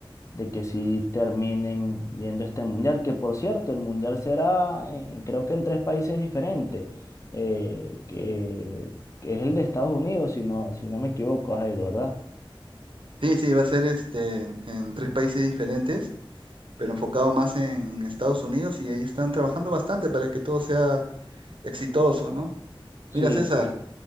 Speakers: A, on the left (about 35°); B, on the right (about 70°).
A: de que sí terminen yendo a este mundial, que por cierto, el mundial será, en- creo que en tres países diferentes, eh, que, que es el de Estados Unidos, si no, si no me equivoco, Jairo, ¿verdad?
B: Sí, sí, va a ser este, en, en tres países diferentes, pero enfocado más en, Estados Unidos y ahí están trabajando bastante para que todo sea exitoso, ¿no?
A: Sí,
B: Mira, César,
A: sí,